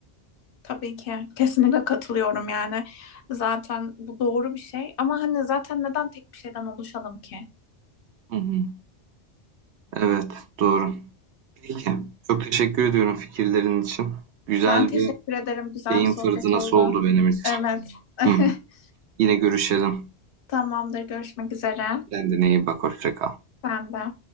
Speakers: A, on the left; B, on the right.
A: Tabii ki. Kesinlikle katılıyorum yani. Zaten bu doğru bir şey. Ama hani zaten neden tek bir şeyden oluşalım ki?
B: Hı hı. Evet, doğru. Peki, çok teşekkür ediyorum fikirlerin için. Güzel
A: Ben teşekkür
B: bir
A: ederim. Güzel
B: beyin
A: bir sohbet
B: fırtınası
A: oldu.
B: oldu benim için.
A: Evet. <laughs>
B: Hı. Yine görüşelim.
A: Tamamdır. Görüşmek üzere.
B: Kendine iyi bak, hoşça kal.
A: Ben de.